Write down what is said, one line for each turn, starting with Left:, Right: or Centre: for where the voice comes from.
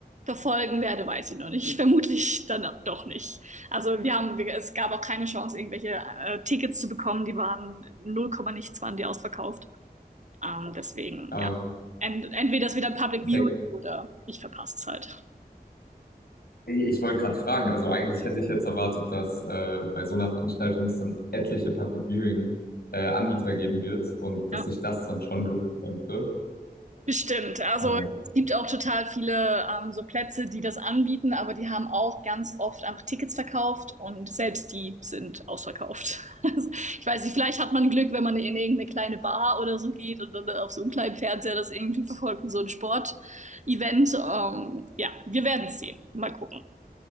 Right: verfolgen werde, weiß ich noch nicht. Vermutlich dann doch nicht. Also wir haben, wir- es gab auch keine Chance, irgendwelche äh, Tickets zu bekommen. Die waren 0, nichts waren die ausverkauft. Ähm, deswegen,
Left: Ja,
Right: ja. Ent, entweder es wieder ein Public
Left: der,
Right: Viewing oder ich verpasse es halt.
Left: ich wollte gerade fragen, also eigentlich hätte ich jetzt erwartet, dass äh, bei so einer Veranstaltung es dann etliche Public Viewing äh, Anbieter geben wird und dass
Right: Ja.
Left: sich das dann schon lohnen könnte.
Right: Bestimmt. Also
Left: Äh,
Right: es gibt auch total viele ähm, so Plätze, die das anbieten, aber die haben auch ganz oft einfach Tickets verkauft und selbst die sind ausverkauft. <laughs> Also, ich weiß nicht, vielleicht hat man Glück, wenn man in irgendeine kleine Bar oder so geht und dann auf so einem kleinen Fernseher das irgendwie verfolgt wie so ein Sportevent. Ähm, ja, wir werden es sehen. Mal gucken.